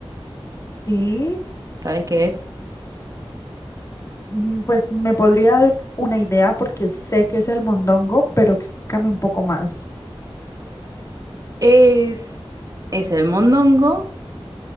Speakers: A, on the left; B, on the right.
A: Sí,
B: ¿Sabes qué es?
A: mm, pues me podría dar una idea porque sé que es el mondongo, pero explícame un poco más.
B: Es, es el mondongo